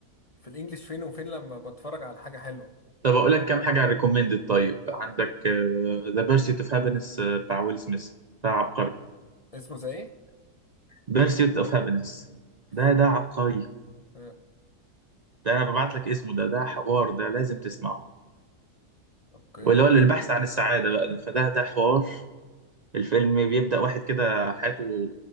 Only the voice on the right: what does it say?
طب اقول لك كام حاجه ريكومندد طيب عندك ذا بيرسيت اوف هابينس بتاع ويل سميث ده عبقري
بيرسيت اوف هابينس
ده ده عبقري
ده انا ببعت لك اسمه ده ده حوار ده لازم تسمعه
واللي هو البحث عن السعاده بقى ده فده ده حوار الفيلم بيبدأ واحد كده حياته